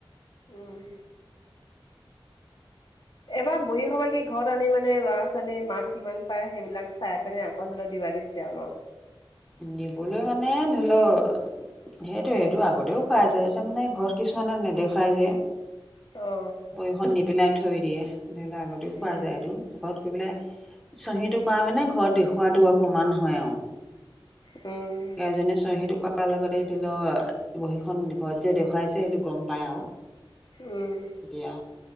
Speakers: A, on the left (about 60°); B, in the centre.
A: উম। এবাৰ বহী খবা কি ঘৰত আনি মানে ল'ৰা ছোৱালী মাক কিমান পায় সেইবিলাক চাই পিনে আচো। কথলত দিবা দিছে আৰু ন?
B: দিবলৈ মানে ধৰি লওঁ। সেইটো, সেইটো, আগতেও পাইছে, তাৰমানে ঘৰত কিছুমানে নেদেখুৱাই যে।
A: অ
B: বহীখন নি পেলাই থৈ দিয়ে, ধৰি লওঁ আগতেও পোৱা
A: উম
B: যায়। এইটো ঘৰত গৈ পেলাই চহীটো কৰা মানে, ঘৰত দেখুওৱা টো আৰু প্ৰমাণ হয় আৰু
A: উম।
B: এইজনিয়ে চহী টো কৰাৰ লগে লগে, ধৰি লওঁ বহীখন ঘৰত যে দেখুৱাইছে। সেইটো গ'ম পাই আৰু।
A: উম,
B: তেতিয়া